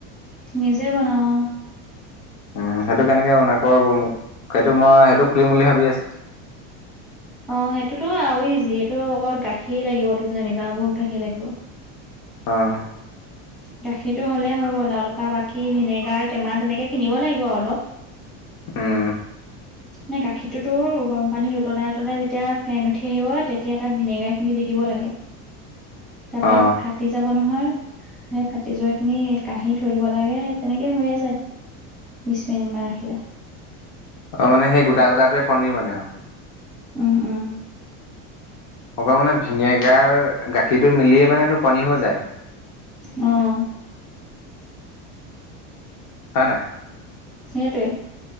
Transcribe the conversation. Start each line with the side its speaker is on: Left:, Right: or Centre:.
Centre: নিজে বনাওঁ অ'।
Left: উম, সেইটো কেনেকে বনা ক আকৌ মোক, সেইটো মই সেইটো খুলিম বুলি ভাবি আছোঁ।
Centre: অ' সেইটোতো আৰু ইজি, এইটো অকল গাখীৰ লাগিব তোক যেনিবা, বহুত গাখীৰ লাগিব।
Left: অ'।
Centre: গাখীৰটো হ'লেই হৈ গ'ল আৰু, তাৰপা বাকী ভিনেগাৰ টেমা তেনেকে কিনিব লাগিব অলপ।
Left: উম।
Centre: নে গাখীৰটোতো গৰম পানীত উতলাই উতলাই যেতিয়া ফেন উঠি আহিব তেতিয়া তাত ভিনেগাৰখিনি দি দিব লাগে, তাৰপা
Left: অ
Centre: ভাত টি যাব নহয়। সেই ফাটি যোৱাখিনি কাঁহী থৈ দিব লাগে, তেনেকে হৈয়ে যায়। বিছ মিনিটমান ৰাখিলে।
Left: অ' মানে সেই গোটা গোটাটোৱে পনীৰ বনে আৰু।
Centre: উম, উম।
Left: অকল মানে ভিনেগাৰ, গাখীৰটো মিলিয়ে মানে এইটো পনীৰ হৈ যায়?
Centre: অ'।
Left: হয় নাই?
Centre: সেইটোৱেই।